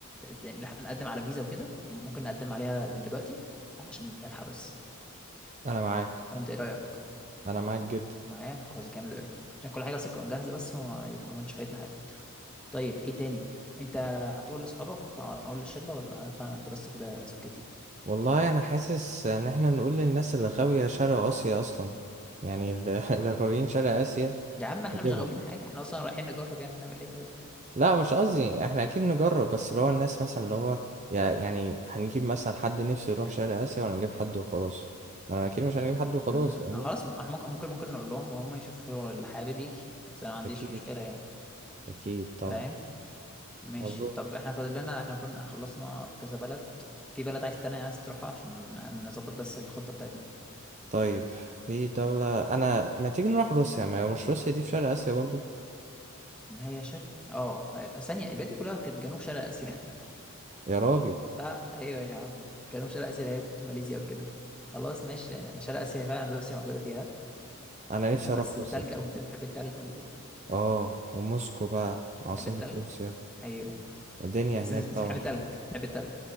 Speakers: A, in the centre; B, on the right (about 30°).
A: اللي احنا نقدم على فيزا وكده ممكن نقدم عليها من دلوقتي علشان نلحق بس
B: انا معاك
A: انت ايه رايك
B: انا معاك جدا
A: معايا خلاص جامد قوي عشان كل حاجه بس تكون جاهزه بس وما يكونش فايتنا حاجه طيب ايه تاني انت هتقول لاصحابك هنقول للشله ولا هنطلع انا وانت بس كده سكتي
B: والله انا حاسس ان احنا نقول للناس اللي غاوية شرق اسيا اصلا يعني اللي <laughs> اللي غاويين شرق اسيا
A: يا عم احنا
B: نجيبهم
A: مش غاويين حاجه احنا اصلا رايحين نجرب يعني نعمل ايه طيب
B: لا مش قصدي احنا اكيد نجرب بس اللي هو الناس مثلا اللي هو يا- يعني هنجيب مثلا حد نفسه يروح شرق اسيا ولا نجيب حد وخلاص ما انا اكيد مش هنجيب حد وخلاص
A: امم
B: فاهمني
A: خلاص م- ممكن ممكن ممكن نقول لهم وهم يشوفوا اللي حابب يجي بس انا ما عنديش
B: اكيد
A: مشكله يعني
B: اكيد طبعا
A: فاهم ماشي
B: مظبوط
A: طب احنا فاضل لنا احنا كنا خلصنا كذا بلد في بلد عايز تاني عايز تروحها عشان نظبط بس الخطة بتاعتنا
B: طيب في دولة انا ما تيجي نروح روسيا ما هي مش روسيا دي في شرق اسيا برضو
A: هي شرق اه هي... ثانية البلاد دي كلها كانت جنوب شرق آسيا <laughs>
B: يا راجل
A: صح ايوه يا عم جنوب شرق آسيا اللي هي ماليزيا وكده خلاص ماشي يعني شرق آسيا فعلا روسيا موجودة فيها
B: انا نفسي
A: بس
B: اروح
A: تلج
B: روسيا
A: قوي انت بتحب التلج ولا ايه
B: اه وموسكو بقى عاصمة
A: بتحب التلج
B: روسيا
A: ايوه
B: الدنيا
A: بس
B: هناك
A: انت بت-
B: طبعا
A: بتحب التلج بتحب التلج